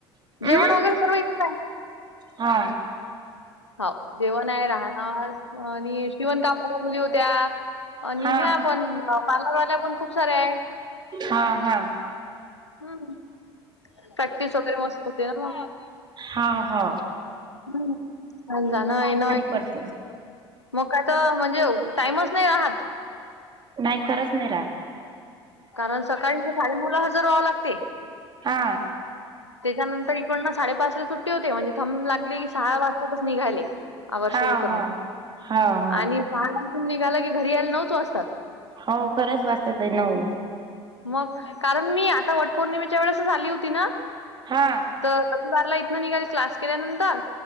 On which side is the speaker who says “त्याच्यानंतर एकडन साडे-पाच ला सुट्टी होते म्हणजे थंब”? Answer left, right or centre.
Left